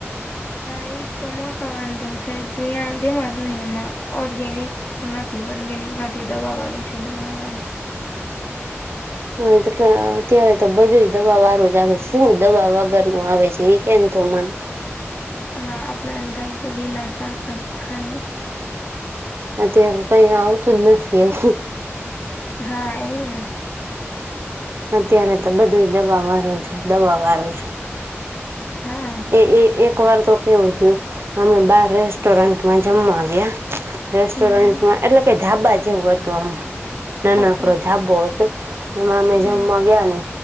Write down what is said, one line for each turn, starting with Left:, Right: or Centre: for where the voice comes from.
Left: હા ઈ તો મોટો વાંધો છે જ્યા જેમાં જોઈ એમાં ઓર્ગેનિક નથી ઓર્ગેનિક નથી દવા વાળું છે દવા વાળું છે
Right: હા એટલે અત્યારે તો બધુંય દવા વાળું જ આવે શું દવા વગરનું આવે છે એ કેને તું મને
Left: હા આપડે એમ થાય કે લીલા શાકભાજી ખાઈએ.
Right: અત્યારે કઈ આવતું જ નથી એવું.
Left: હા એજ ને.
Right: અત્યારે તો બધુંય દવા વાળું છે દવા વાળું છે.
Left: હા
Right: એ એ એક વાર તો કેવું થયું અમે બાર રેસ્ટોરન્ટમાં જમવા ગયા રેસ્ટોરન્ટમાં
Left: હમ
Right: એટલે કે ધાબા જેવું હતું આમ. નાનકડો
Left: ઓકે
Right: ધાબો હતો. એમાં અમે જમવા
Left: હમ
Right: ગયા ને